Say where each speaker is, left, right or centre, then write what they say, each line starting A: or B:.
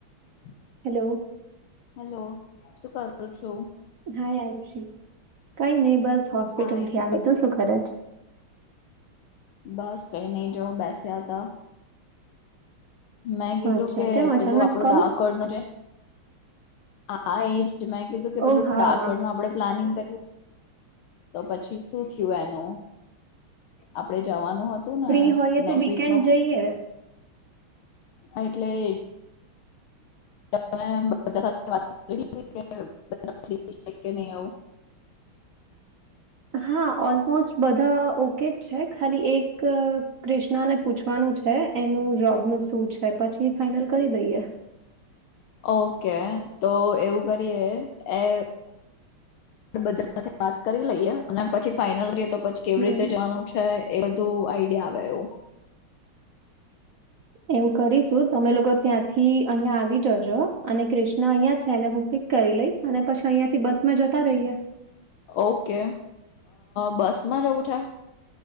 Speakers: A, on the left; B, on the right.
A: <inaudible>
B: Hello.
A: Hello. શું કરું છો?
B: હાઈ આયુષી. કંઈ નઈ બસ હોસ્પિટલ
A: હા એ
B: થી આવી. તું શું કરે છ?
A: બસ કંઈ નહીં, જો બેસ્યા તા. મેં કીધું
B: અચ્છા
A: કે
B: કેમ અચાનક
A: પેલું આપડો
B: કોલ?
A: ડાકોર નો જે હા એજ. મેં કીધું કે
B: ઓ
A: પહેલું
B: હા
A: ડાકોર નું આપડે પ્લાનિંગ કરી તો પછી, શું થયું એનું? આપડે જવાનું હત તું ને,
B: ફ્રી હોઈએ
A: નેકસ્ટ
B: તો વીકેન્ડ
A: વીક નું
B: જઈએ.
A: હા એટલે જ <inaudible> બધા સાથે કરી કે બધા ફ્રી છે કે નહીં એવું?
B: હા ઓલમોસ્ટ બધા ઓકે જ છે. ખાલી એક ક્રિષ્નાને પૂછવાનું છે એનું જોબ નું શું છે. પછી ફાઈનલ કરી દઈએ.
A: ઓકે તો એવું કરીએ એ, આપણે બધા સાથે વાત કરી લઈએ અને પછી ફાઈઇનલ રહે તો પછી, કેવી
B: હમ.
A: રીતે જવાનું છે એ બધું આઈડિયા આવે એવું.
B: એવું કરીશું તમે લોકો ત્યાંથી અહિયાં આવી જજો અને ક્રિષ્ના અહિયાં છેને હું, પિક કરી લઈશ અને પછી અહિંયાથી બસમાં જતા રહીએ.
A: ઓકે બસમાં જવું છે.